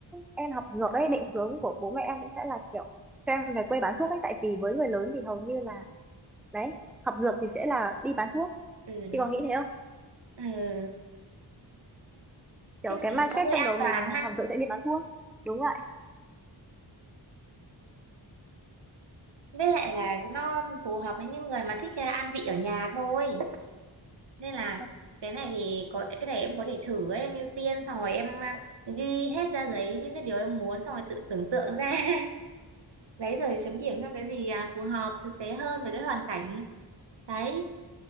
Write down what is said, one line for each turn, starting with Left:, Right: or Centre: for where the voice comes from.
Centre: em học dược ấy định hướng của bố mẹ em cũng sẽ là kiểu cho em về quê bán thuốc ấy tại vì với người lớn thì hầu như là đấy học dược thì sẽ là đi bán thuốc
Right: ừ đúng
Centre: chị có
Right: rồi.
Centre: nghĩ thế
Right: ừ
Centre: kiểu
Right: cái này
Centre: cái mindset
Right: nó hơi
Centre: trong
Right: an
Centre: đầu
Right: toàn
Centre: mình là
Right: ha
Centre: học dược sẽ đi bán thuốc đúng vậy
Right: với lại là nó phù hợp với những người mà thích à, ăn vị ở nhà thôi nên là
Centre: Ừ,
Right: cái này thì có cái này em có thể thử ấy, em ưu tiên xong rồi em à, ghi hết ra giấy những cái điều em muốn xong rồi tự tưởng tượng ra <laughs> đấy rồi chấm điểm theo cái gì à, phù hợp thực tế hơn với cái hoàn cảnh đấy